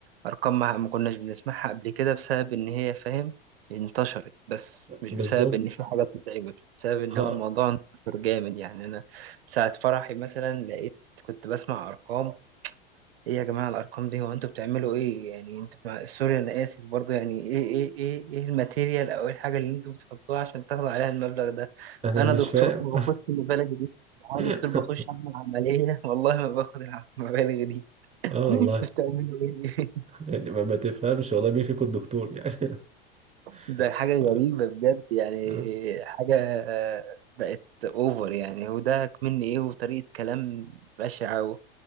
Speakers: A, on the right (about 80°); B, on the right (about 20°).
A: أرقام ما ما كناش بنسمعها قبل كده بسبب إن هي فاهم انتشرت بس مش
B: بالظبط
A: بسبب إن في حاجة بتتعمل بسبب إن
B: خ-
A: هو الموضوع انتشر جامد يعني أنا ساعة فرحي مثلا لقيت كنت بسمع أرقام إيه يا جماعة الأرقام دي هو أنتوا بتعملوا إيه يعني أنتوا مع... سوري أنا آسف برضو يعني إيه إيه إيه إيه الماتيريال أو إيه الحاجة اللي أنتوا بتحطوها عشان تاخدوا عليها المبلغ ده
B: انا
A: أنا
B: مش
A: دكتور
B: فاهم
A: ما باخدش المبالغ دي أنا
B: <laughs>
A: دكتور بخش أعمل عملية <laughs> والله ما باخد المبالغ دي <laughs>
B: اه والله
A: بتعملوا إيه
B: يعني ما ما تفهمش والله مين فيكم الدكتور يعني
A: ده
B: <laughs>
A: حاجة
B: ف...
A: غريبة بجد يعني
B: آه.
A: حاجة آه، بقت اوفر يعني هو ده مني ايه وطريقة كلام بشعة